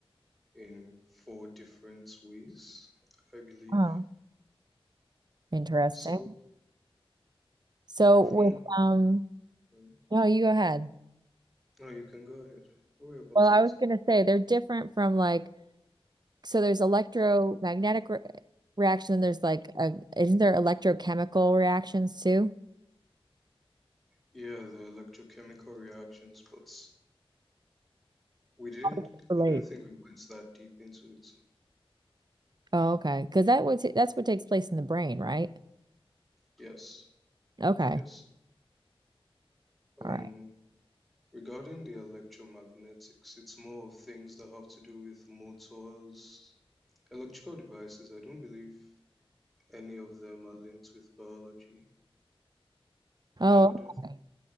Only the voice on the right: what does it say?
Huh. Interesting.
So
with um
no, you go ahead.
Well,
I
was gonna say they're different from like so there's electromagnetic re reaction, there's like a isn't there electrochemical reactions too?
How do they Relate.
Oh, okay. Because that would ta- that's what takes place in the brain, right?
Okay.
All right.
Oh,
okay.